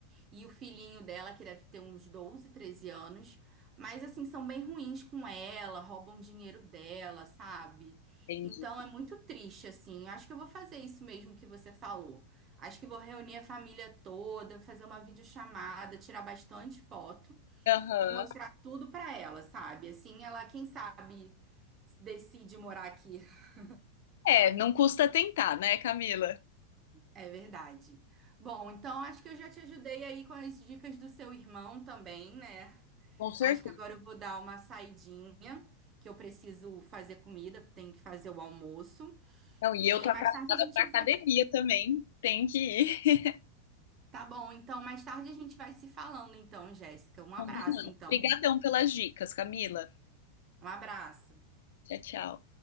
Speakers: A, on the right (about 30°); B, on the left (about 55°).
A: e o filhinho dela, que deve ter uns 12 13 anos. Mas, assim, são bem ruins com ela, roubam dinheiro dela, sabe?
B: entendi.
A: Então é muito triste, assim. Eu Acho que eu vou fazer isso mesmo que você falou. Acho que vou reunir a família toda, fazer uma videochamada, tirar bastante foto
B: Aham.
A: e mostrar tudo pra ela, sabe? Assim, ela, quem sabe, decide morar aqui. <laughs>
B: É, não custa tentar, né, Camila?
A: É verdade. Bom, então acho que eu já te ajudei aí com as dicas do seu irmão também, né?
B: Com certeza.
A: Acho que agora eu vou dar uma saidinha, que eu preciso fazer comida, tenho que fazer o almoço.
B: Não, e
A: E
B: eu tô
A: mais
B: atrasada
A: tarde a gente
B: pra academia
A: vai.
B: também. Tem que ir. <laughs>
A: Tá bom, então mais tarde a gente vai se falando, então, Jéssica. Um
B: Combinado.
A: abraço, então.
B: Obrigadão pelas dicas, Camila.
A: Um abraço.
B: Tchau, tchau.